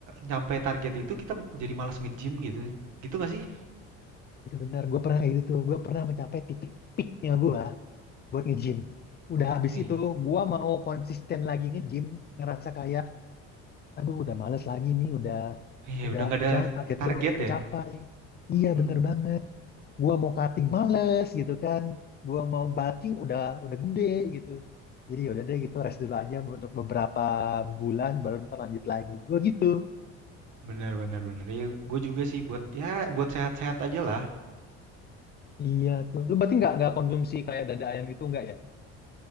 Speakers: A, on the right; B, on the left.
A: nyampe target itu kita jadi malas nge-gym gitu. Gitu gak sih?
B: Itu benar, gue pernah kayak gitu tuh. Gue pernah mencapai titik peaknya gue buat nge-gym. Udah habis
A: Eh,
B: itu, gue mau konsisten lagi nge-gym, ngerasa kayak, aduh udah males lagi nih, udah,
A: iya
B: udah,
A: udah nggak ada
B: soalnya target
A: target
B: gue udah kecapai.
A: ya.
B: Iya
A: Mm-mm.
B: bener banget. gua mau cutting males gitu kan gua mau bulking udah udah gede gitu jadi yaudah deh gitu rest dulu aja untuk beberapa bulan baru ntar lanjut lagi gua gitu
A: Bener bener bener. Iya, gue juga sih buat ya buat sehat-sehat aja lah.
B: iya tuh lu berarti nggak nggak konsumsi kayak dada ayam gitu nggak ya